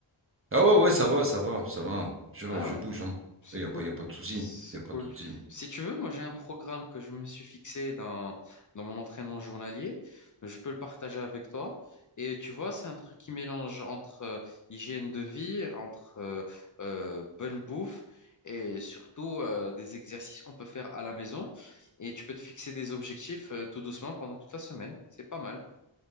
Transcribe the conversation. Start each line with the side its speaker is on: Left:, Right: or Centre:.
Right: Ah ouais, ouais, ça va, ça va, ça va. Je,
Left: Ah
Right: je
Left: ouais.
Right: bouge. hein.
Left: C'est
Right: Il n'y
Left: cool.
Right: a pas, y a pas de souci.
Left: C'est
Right: Il a
Left: cool.
Right: pas de souci.
Left: Si tu veux, moi j'ai un programme que je me suis fixé dans, dans mon entraînement journalier. Je peux le partager avec toi. Et tu vois, c'est un truc qui mélange entre euh, hygiène de vie, entre euh, euh, bonne bouffe et surtout euh, des exercices qu'on peut faire à la maison. Et tu peux te fixer des objectifs euh, tout doucement pendant toute la semaine. C'est pas mal.